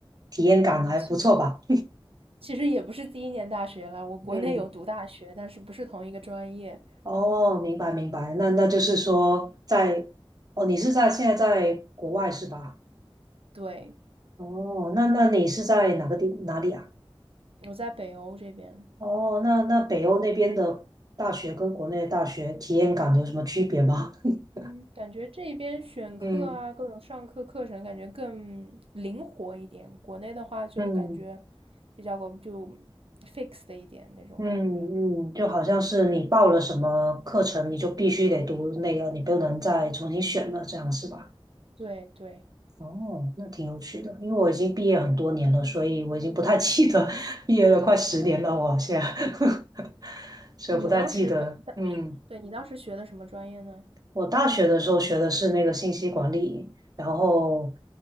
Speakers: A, on the right (about 45°); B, on the right (about 90°).
A: 体验感还不错吧？
B: 嗯，其实其实也不是第一年大学了，我国内有读大学，
A: <laughs> 嗯，
B: 但是不是同一个专业。
A: 哦，明白明白，那那就是说在，哦，你是在现在在国外是吧？
B: 对，
A: 哦，那那你是在哪个地哪里啊？
B: 我在北欧这边。
A: 哦，那那北欧那边的大学跟国内的大学体验感有什么区别吗？<laughs>
B: 嗯，感觉这边选课啊，
A: 嗯。
B: 各种上课课程感觉更灵活一点。国内的话就感觉
A: 嗯
B: 比较个就 f i x 的一点那种感觉。
A: 嗯嗯，就好像是你报了什么课程，你就必须得读那个，你不能再重新选了，这样是吧？
B: 对对，
A: 哦，那挺有趣的，因为我已经毕业很多年了，所以我已经不太记得 <laughs> 毕业了快十年了，我现在，<laughs> 所以不太记得。
B: 你当时本，但是对你当时学的什么专业呢？
A: 嗯我大学的时候学的是那个信息管理，然后